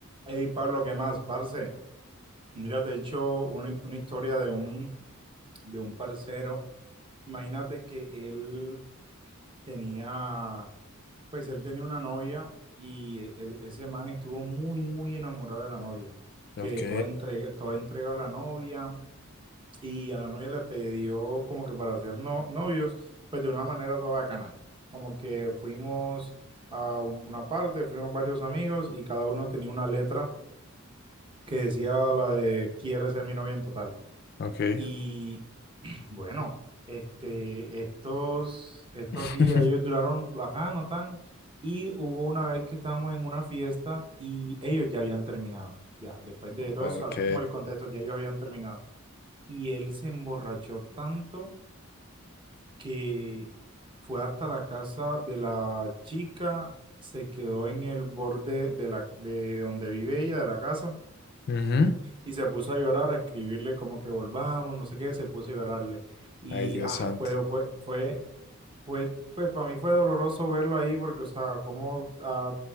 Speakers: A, on the right; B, on the left.
A: Hey Pablo, ¿qué más, parce? Mira, te he hecho una, una historia de un, de un parcero. Imagínate que él tenía, pues él tenía una novia y el- ese man estuvo muy, muy enamorado de la novia,
B: Ok,
A: que toda entrega, toda entrega a la novia y a la novia le pidió como que para ser no- novios, pues de una manera toda bacana. Como que fuimos a un- una parte, fuimos varios amigos y cada uno tenía una letra que decía la de quiere ser mi novia en total.
B: ok.
A: Y <clears throat> bueno, este, estos, estos
B: <laughs>
A: sí, ellos duraron bacano, tan. Y hubo una vez que estábamos en una fiesta y ellos ya habían terminado. Ya, después de todo
B: Ok.
A: eso, hace como el contexto, ya ellos habían terminado. Y él se emborrachó tanto que fue hasta la casa de la chica, se quedó en el borde de la, de donde vive ella, de la casa
B: Ujú.
A: Y se puso a llorar, a escribirle como que volvamos, no sé qué, se puso a llorarle. Y
B: Ay, Dios
A: ah,
B: santo.
A: fue, fue, fue, fue, pues para mí fue doloroso verlo ahí porque, o sea, cómo ah,